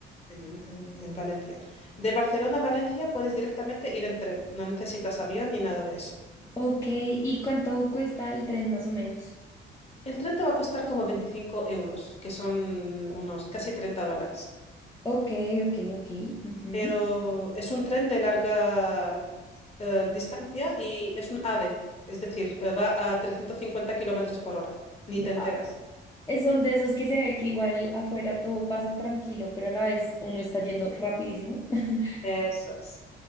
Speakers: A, on the left; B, on the left.
A: en, en- en Valencia. De Barcelona a Valencia puedes directamente ir en tren, no necesitas avión ni nada de eso.
B: Ok, ¿y cuánto cuesta el tren más o menos?
A: El tren te va a costar como 25 euros, que son unos casi 30 dólares.
B: Ok, ok, ok. ujú.
A: pero es un tren de larga eh, distancia y es un AVE, es decir, eh, va a 350 kilómetros por hora, ni
B: Guau.
A: te enteras.
B: Es son de esos que se ve que igual afuera todo pasa tranquilo, pero a la vez uno está yendo rapidísimo. <laughs>
A: Eso es.